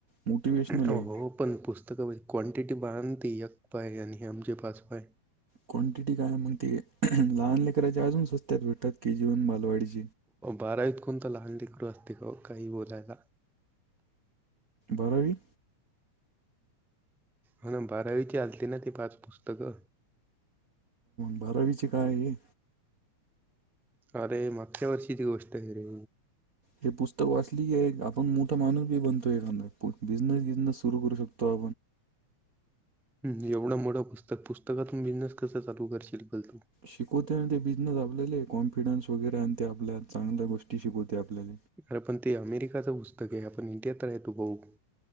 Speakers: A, on the right; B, in the centre.
A: मोटिवेशनल
B: हो
A: आहे
B: हो पण पुस्तक क्वांटिटी ब ते एक पाय आणि हे आमचे पाजपाय.
A: क्वांटिटी काय मग ते लहान लेकराच्या अजून स्वस्त्यात भेटतात के जीवन बालवाडीची.
B: बारा इतकण तर लहान करू असते ग काही बोलायला.
A: बारावी.
B: हण बारावीची आलती ना ती पाच पुस्तकं?
A: बारावीचे काय आहे.
B: अरे मागच्या वर्षीची गोष्ट आहे रे.
A: हे पुस्तक वाचली <unintelligible> आपण मोठा माणूस बी बनतो एखादा बिझनेस बिजनेस सुरू करू शकतो.
B: हम्म एवढं मोठं पुस्तक पुस्तकातून बिझनेस कस चालू करशील पण तू?
A: शिकवते आणि ते बिझनेस आपल्याले कॉन्फिडन्स वगैरे आणते आपल्या चांगल्या गोष्टी शिकवते आपल्याला.
B: अरे पण ते अमेरिकाचं पुस्तक आहे आपण इंडियात राहतो भाऊ.